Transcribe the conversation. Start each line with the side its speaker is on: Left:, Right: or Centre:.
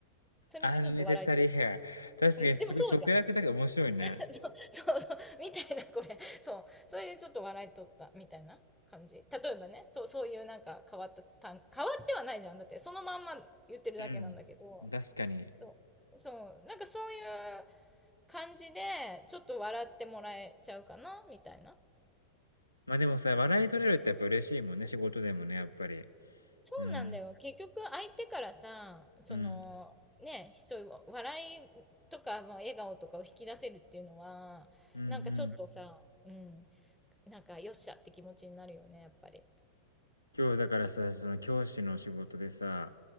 Centre: それでちょっと笑い取っちゃっ
Left: unnecessary hair。確かにすごい直訳だけど面白いね。
Centre: た。うん、でもそうじゃん。そうそうそう、みたいな、これ。そう。それでちょっと笑いとった、みたいな感じ。例えばね、そう、そういうなんか変わった単、変わってはないじゃん。だって、そのまんま言ってるだけなんだけど、
Left: うん。うん。確かに。
Centre: そう、そう、なんかそういう感じで、ちょっと笑ってもらえちゃうかな、みたいな。
Left: まあでもさ、笑い取れるってやっぱ嬉しいもんね、仕事でもね、やっぱり。
Centre: そうなんだよ。
Left: うん。
Centre: 結局、相手からさ、その、
Left: うん。
Centre: ね、そういう笑いとか、まあ笑顔とかを引き出せるっていうのは、
Left: うんうん。
Centre: なんかちょっとさ、うん、なんかよっしゃって気持ちになるよね、やっぱり。
Left: 今日だからさ、その教師の仕事でさ、